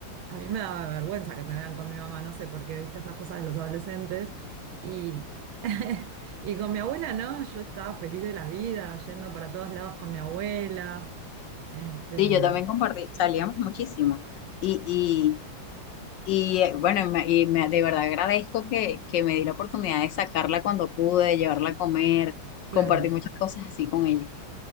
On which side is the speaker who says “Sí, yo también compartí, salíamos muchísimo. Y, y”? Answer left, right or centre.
Left